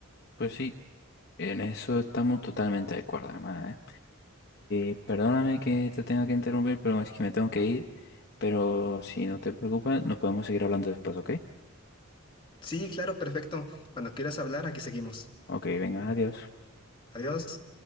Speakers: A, on the left (about 50°); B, on the left (about 20°).
A: Pues sí, en eso estamos totalmente de acuerdo, además, ¿eh? Eh, perdóname que te tenga que interrumpir, pero es que me tengo que ir. Pero si no te preocupas, nos podemos seguir hablando después, ¿ok?
B: Sí, claro, perfecto. Cuando quieras hablar, aquí seguimos.
A: Ok, venga, adiós.
B: Adiós.